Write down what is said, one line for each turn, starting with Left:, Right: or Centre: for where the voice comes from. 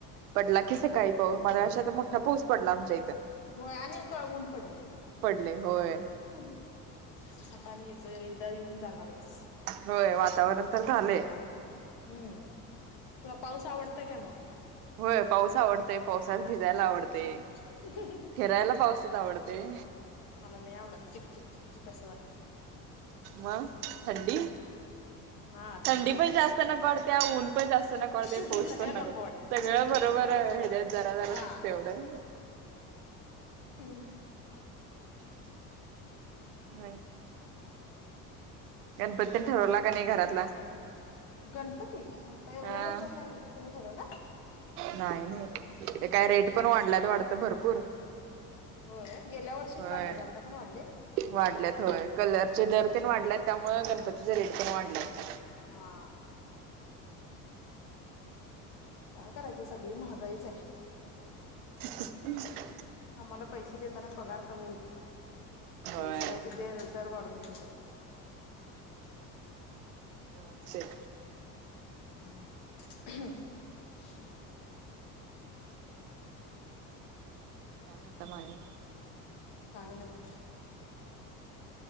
Right: पडला की सकाळी पाऊस, मगाशी आता मोठा पाऊस पडला आमच्या इथं.
Left: होय, आणि उकळ ऊन पडलेल.
Right: पडले होय
Left: आता आणि येतोय, एकदा येऊन जाणारच.
Right: होय वातावरण तर झालंय.
Left: हम्म तुला पाऊस आवडतोय काय मग?
Right: होय पाऊस आवडतय पावसात भिजायला आवडतय.
Left: <unintelligible>
Right: फिरायला पावसात आवडतय.
Left: मला नाही आवडत चिक चिक चिकचिक असं वाटतया.
Right: मग थंडी
Left: हा
Right: थंडी पण
Left: आवडत्या
Right: जास्त नको वाटतेया ऊन ऊन पण जास्त नको वाटतय
Left: सगळं
Right: पाऊस पण नको
Left: वाटते तेवढंच
Right: सगळ
Left: जरा
Right: बरोबर
Left: जरा
Right: आहे
Left: सगळं
Right: ह्याच्यात जरा जरास
Left: हा
Right: तेवढं
Left: हम्म <inaudible>
Right: नाही. गणपती
Left: मम्मीचा
Right: तेन ठरवला
Left: फोन आलता
Right: का नाही घरातला?
Left: गणपती आता एवढ्या
Right: हा
Left: लवकर नाही तुम्ही ठरवला?
Right: नाही नाही ते
Left: हा
Right: काय रेट पण वाढल्यात
Left: तेच की
Right: वाटत भरपूर
Left: होय गेल्या वर्षीच
Right: होय
Left: वाढलेले आता पण वाढले
Right: वाढल्यात
Left: वाढले.
Right: होय कलरचे दर तेन वाढल्यात त्यामुळे गणपतीचे रेट पण वाढल्यात.
Left: हा. काय करायचं सगळी महागाईच आहे.
Right: <unintelligible>
Left: आम्हाला पैसे देताना पगार कमी
Right: होय
Left: सगळ्याच दर वाढवून ठेवतात.
Right: <unintelligible>
Left: <unintelligible>
Right: काय म्हणता मग आणि
Left: काय नाही बघा